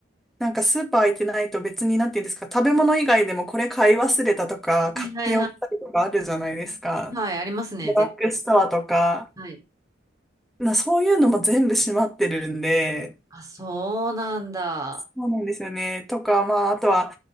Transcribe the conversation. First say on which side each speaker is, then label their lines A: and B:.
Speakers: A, in the centre; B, on the right (about 20°).
A: なんかスーパー開いてないと別に、なんていうんですか、食べ物以外でもこれ買い忘れたとか、
B: いはいは
A: 買っておきたいとかあるじゃないですか。
B: い。はい、ありますね、
A: ドラッグストアとか、
B: 絶対。はい。
A: まあ、そういうのも全部閉まってるんで、
B: あ、そうなんだ。
A: そうなんですよね。とか、まあ、あとは、